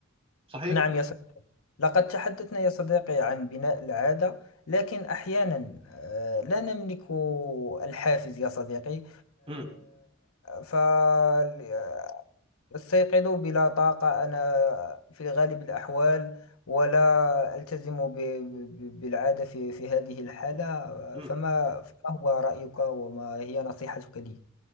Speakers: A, on the right; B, on the left.
A: صحيح
B: نعم يا صديقي لقد تحدثنا يا صديقي عن بناء العادة لكن أحيانا آه، لا نملك الحافز يا صديقي
A: امم
B: فاستيقظ بلا طاقة أنا في غالب الأحوال ولا ألتزم ب- ب- بالعادة في في هذه الحالة
A: امم
B: فما فما هو رأيك وما هي نصيحتك لي؟